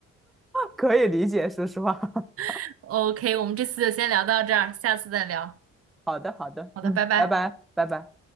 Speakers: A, in the centre; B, on the right.
A: 可以理解，说实话。<laughs>
B: <laughs> OK，我们这次就先聊到这儿，下次再聊。
A: 好的，好的，
B: 好的，
A: 嗯，
B: 拜拜。
A: 拜拜，拜拜。